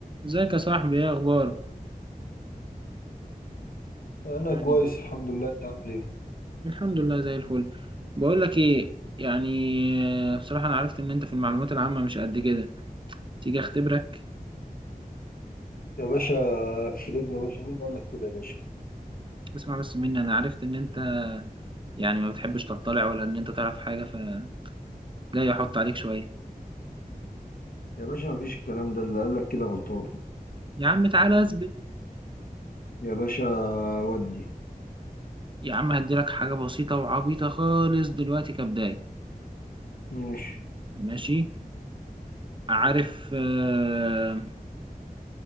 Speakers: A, on the right (about 35°); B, on the left (about 70°).
A: ازيك يا صاحبي ايه اخبارك
B: انا
A: يعني
B: كويس الحمد لله انت عامل ايه
A: الحمد لله زي الفل بقول لك ايه يعني آه، بصراحة انا عرفت ان انت في المعلومات العامة مش قد كده تيجي اختبرك
B: يا باشا شيرين يا باشا مين اللي قال لك كده يا باشا
A: اسمع بس مني انا عرفت ان انت يعني ما بتحبش تطلع ولا ان انت تعرف حاجة فجاي احط عليك شوية
B: يا باشا مفيش الكلام ده اللي قال لك كده غلطان
A: يا عم تعالى اثبت
B: يا باشا ودي
A: يا عم هديلك حاجة بسيطة وعبيطة خالص دلوقتي كبداية
B: ماشي
A: ماشي عارف آه،